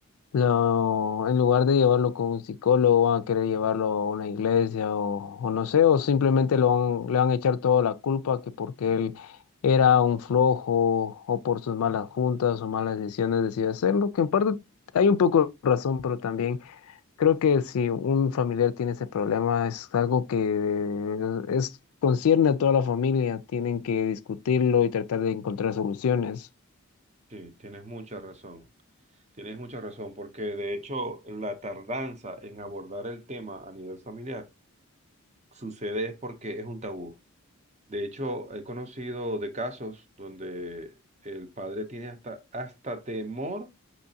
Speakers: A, on the left; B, on the right.
A: Lo, en lugar de llevarlo con un psicólogo, van a querer llevarlo a una iglesia o, o no sé, o simplemente lo van- le van a echar toda la culpa que porque él era un flojo o por sus malas juntas o malas decisiones decidió hacerlo, que en parte hay un poco de razón, pero también Creo que si un familiar tiene ese problema, es algo que es, concierne a toda la familia. Tienen que discutirlo y tratar de encontrar soluciones.
B: Sí, tienes mucha razón. Tienes mucha razón, porque de hecho la tardanza en abordar el tema a nivel familiar sucede es porque es un tabú. De hecho, he conocido de casos donde el padre tiene hasta, hasta temor